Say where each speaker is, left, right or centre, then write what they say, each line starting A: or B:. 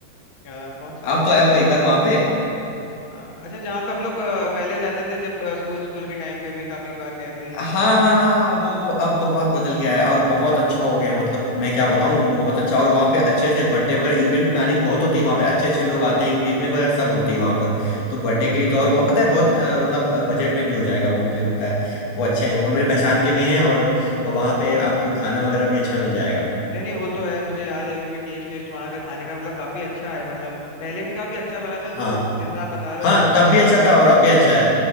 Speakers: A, on the left; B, on the left.
A: अ, कौन सा
B: आप तो आए हो कई बार वहां पे
A: अ, अच्छा जहाँ पे हम लोग अ, पहले जाते थे जब स्कूल स्कूल के टाइम पे भी काफी बार गए थे
B: हाँ हाँ हाँ हाँ वो वो अब बहुत बदल गया है और बहुत अच्छा हो गया है मतलब मैं क्या बताऊँ वो बहुत अच्छा और वहाँ पे अच्छे से बर्थडे वगैरह इवेंट प्लानिंग बहुत होती है वहाँ पे अच्छे अच्छे लोग आते हैं एंगेजमेंट वगैरह सब होती है वहाँ पर तो बर्थडे के लिए तो और वो पता है बहुत अ, मतलब बजट में भी हो जाएगा वो मुझे लगता है वो अच्छे
A: अच्छा
B: हैं वो मेरे पहचान के भी हैं और वहाँ पे आपको खाना वगैरह भी अच्छा मिल जाएगा
A: नहीं नहीं वो तो है मुझे याद है अभी भी टेस्ट टेस्ट वहाँ का खाने का मतलब काफी अच्छा है मतलब पहले भी काफी अच्छा बना था तो
B: हाँ
A: जैसा आप बता रहे
B: हाँ
A: हो अब
B: तब
A: और बेटर
B: भी अच्छा
A: हो गया
B: था
A: है
B: और अब भी अच्छा है